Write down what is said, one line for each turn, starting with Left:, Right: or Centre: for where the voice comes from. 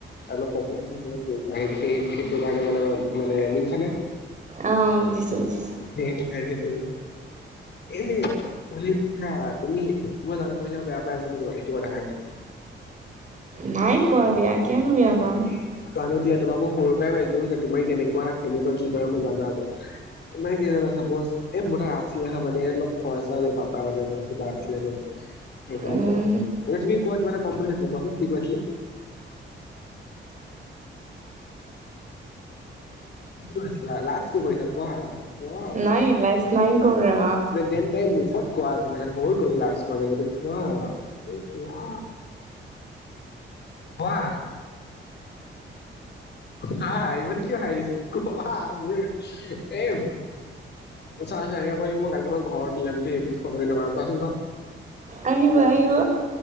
Left: অলপ প্ৰব্লেম পইচা সেই সেইটো কাৰণে মানে মানে। বুজিছানে।
Right: অ বুজিছো বুজছো।
Left: সেই খনেটো। এ কলা তুমি মই জানো তুমি যে বেয়া পাই আছা এইটো কথাকে।। <unintelligible>
Right: নাই পোৱা বেয়া। কিয়নো বেয়া পাম?
Left: এ মই জানো দিয়া। তোমাৰ মোক সৰুৰ পাইছো বুজিছা তুমি কেনেকুৱা কেনেকোৱা কৰা মই জনা যায়। মানে কি জানা চাপোজ এই মোৰ তাত আছিলে হা মানে অলপ খৰচা পাপা মানে অলপ কিবা আছিলে ন। সেইট
Right: উম,
Left: এ তুমি কিবা কম কৈছিলা কোৱা চোন কি কৈছিলা। কৈছিলা লাষ্ট কি কৈছিলা কোৱা। অ
Right: নাই লাজ নাই কৰা।
Left: দেন গাই মোৰ। কত কোৱা পিনে হৈ গল লাষ্ট ম যদি কোৱা এই কোৱা। কোৱা। হা ইমান কিয় আহিছে মোৰ এম। চ চ কৰি মই কালমাক ঘৰতিল দে ফ দ কোৱাচোন ক।
Right: আহিব আহিব।